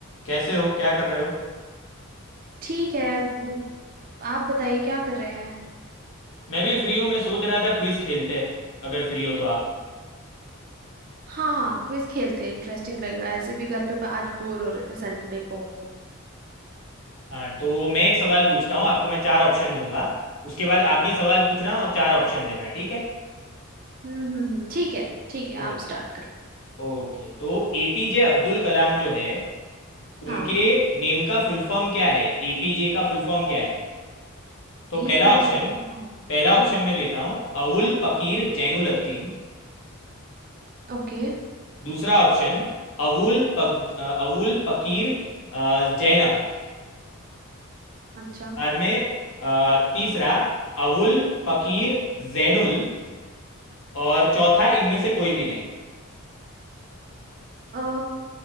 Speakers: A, on the left; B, on the right.
A: कैसे हो क्या कर रहे हो
B: ठीक है हम्म, आप बताइए क्या कर रहे हैं
A: मैं भी फ्री हूँ मैं सोच रहा था क्विज खेलते अगर फ्री हो तो आप
B: हाँ हाँ क्विज खेलते हैं इंटरेस्टिंग लगेगा ऐसे भी घर पे आज बोर हो रहे थे संडे को हम्म
A: हाँ तो मैं एक सवाल पूछता हूँ आपको मैं चार ऑप्शन दूंगा उसके बाद आप भी सवाल पूछना और चार ऑप्शन देना ठीक है
B: हम्म हम्म, ठीक है ठीक है
A: ओके
B: आप स्टार्ट करो
A: ओके तो एपीजे अब्दुल कलाम जो है
B: हाँ
A: उनके नेम का फुल फॉर्म क्या है एपीजे का फुल फॉर्म क्या है तो
B: एपीजे
A: पहला ऑप्शन
B: का फुल फॉर्म
A: पहला ऑप्शन
B: हम्म
A: मैं देता हूँ अवुल पकीर जैनुल अब्दीन
B: ओके
A: दूसरा ऑप्शन अवुल पक अवुल पकीर अ, जैनब
B: अच्छा
A: बाद में अ, तीसरा अवुल फकीर जैनुल और चौथा इनमें से कोई भी नहीं
B: अ,